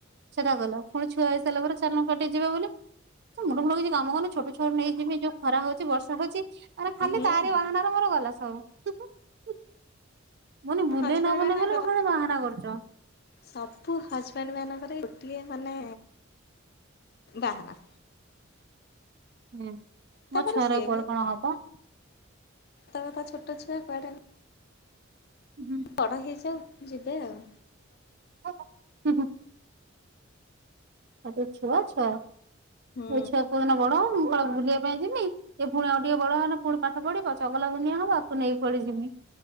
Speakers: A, on the right (about 55°); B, on the left (about 50°).
A: ସେଟା ଗଲା ପୁଣି ଛୁଆ? ସେଲା ପରେ ସାନ କଟେଇ ଯିବା ବୋଲି? ମୁଣ୍ଡୁ ଫୁଳଛି କାମ କଲେ ଛୋଟ ଛଟୁ ନେଇ ଯିବ ଯୋଉ ଖରା ହଉଛି ବର୍ଷା ହଉଛି। ମରେ ଖାଲି
B: ହୁଁ
A: ତାରି
B: ହୁଁ
A: ବାହାନ ର ମୋର ଗଲା ସବୁ? ମାନେ ବୁଲେଇ
B: ହଜବେଣ୍ଡ
A: ନମନେ
B: ମାନଙ୍କର
A: ବଲେ ଆଉ କଣେ ବାହାନା କରୁଛ।
B: ସବୁ ହଜବେଣ୍ଡ ମାନଙ୍କରେ ଗୋଟିଏ ମାନେ ବାହାନା।
A: ହୁଁ
B: ତାପରେ
A: ମୋ ଛୁଆର
B: ସିଏ
A: କୋଆଡେ କଣ ହବ।
B: ତମେ କଣ ଛୋଟ ଛୁଆ କୁଆଡେ।
A: ହୁଁ।
B: ବଡ ହେଇଯାଉ ଯିବେ ଆଉ।
A: ହଁଁ ହୁଁ ହଁ। ସବୁ ଛୁଆ ଛୁଆ ଛ
B: ହୁଁ।
A: କୋଉ ଛୁଆ ଦିନ ବଡ ମୁଁ କ ବୁଲିବା ପାଇଁ ଯିବି। ଏ ପୁଣି ଆଉ ଟିକେ ବଡ ହେନେ ପୁଣି ପାଠ ପଢିବ ଚଗଲା ଦୁନିଆ ହବ ଆକୁ ନେଇ କୁଆଡେ ଯିମି।